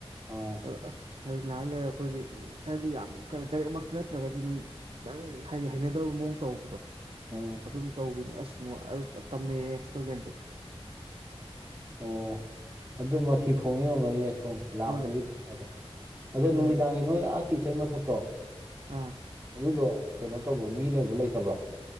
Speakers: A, on the right; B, on the right.
A: ꯑꯥ
B: ꯑ ꯑꯁ ꯍꯥꯏ ꯉꯩꯍꯥꯛ ꯂꯩꯔ ꯑꯩꯈꯣꯏꯒꯤ ꯍꯥꯏꯕꯗꯤ ꯌꯥꯝ ꯈꯔ ꯗꯥꯏꯔꯦꯛꯃꯛ ꯆꯠꯇ꯭ꯔꯒꯖꯨ ꯗꯨꯝ ꯈꯤꯇꯪ ꯍꯥꯏꯗꯤ ꯍꯩꯅꯗꯕ ꯃꯑꯣꯡ ꯇꯧꯔꯛꯄꯗꯣ
A: ꯎꯝ
B: ꯑꯗꯨꯝ ꯇꯧꯕꯤꯅꯦ ꯑꯁ ꯅꯣ ꯑ ꯇꯝꯅꯩꯌꯦ ꯏꯁ꯭ꯂꯣꯞꯂꯦꯟꯗꯤ
A: ꯑꯣ ꯑꯗꯨ ꯃꯊꯤ ꯐꯣꯡꯉꯛꯏ ꯑꯣꯏꯔꯝꯒꯅꯤ ꯑꯁ ꯎꯝ ꯂꯥꯛꯄꯒꯤ
B: ꯍꯣꯏ
A: ꯑꯗꯣ ꯑꯗꯣ
B: ꯎꯝ
A: ꯅꯨꯃꯤꯗꯥꯡꯒꯤ ꯅꯣꯏ ꯑꯥ ꯀꯤꯆꯟꯒꯤ ꯃꯊꯛꯇꯣ
B: ꯑꯥ
A: ꯑꯗꯨꯗꯣ ꯀꯩꯅꯣ ꯇꯧꯕ꯭ꯔꯣ ꯃꯤ ꯂꯩꯕ꯭ꯔꯣ ꯂꯩꯇꯕ꯭ꯔꯣ